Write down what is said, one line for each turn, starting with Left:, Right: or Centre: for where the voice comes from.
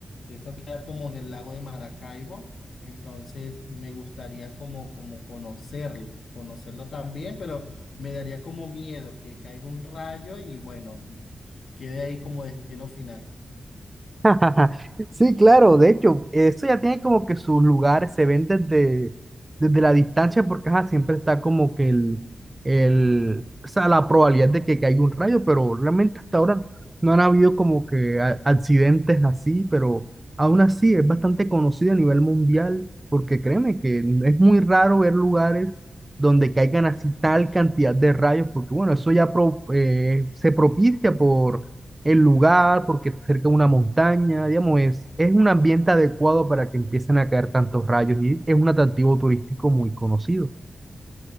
Left: eso queda como en el lago de Maracaibo. Entonces, me gustaría como, como conocerlo, conocerlo también, pero me daría como miedo que caiga un rayo y bueno, <laughs> quede ahí como destino final.
Right: <laughs> Sí, claro, de hecho, eso ya tiene como que sus lugares, se ven desde, desde la distancia, porque ajá, siempre está como que el, el, o sea, la probabilidad de que caiga un rayo, pero realmente hasta ahora no han habido como que a- accidentes así, pero aún así es bastante conocido a nivel mundial, porque créeme que es muy raro ver lugares donde caigan así tal cantidad de rayos, porque bueno, eso ya pro- eh, se propicia el lugar, porque está cerca de una montaña, digamos, es, es un ambiente adecuado para que empiecen a caer tantos rayos y es un atractivo turístico muy conocido.